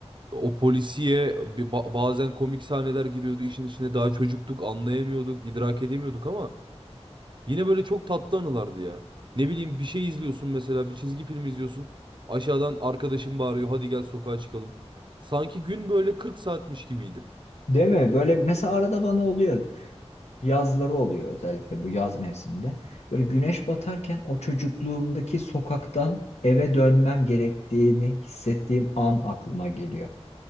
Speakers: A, on the right (about 45°); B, on the left (about 75°).
A: O polisiye bir ba- bazen komik sahneler giriyordu işin içine. Daha çocuktuk, anlayamıyorduk, idrak edemiyorduk ama yine böyle çok tatlı anılardı ya. Ne bileyim bir şey izliyorsun mesela, bir çizgi film izliyorsun. Aşağıdan arkadaşım bağırıyor, hadi gel sokağa çıkalım. Sanki gün böyle 40 saatmiş gibiydi.
B: Değil mi? Böyle mesela arada bana oluyor. yazları oluyor özellikle bu yaz mevsiminde. Böyle güneş batarken o çocukluğumdaki sokaktan eve dönmem gerektiğini hissettiğim an aklıma geliyor.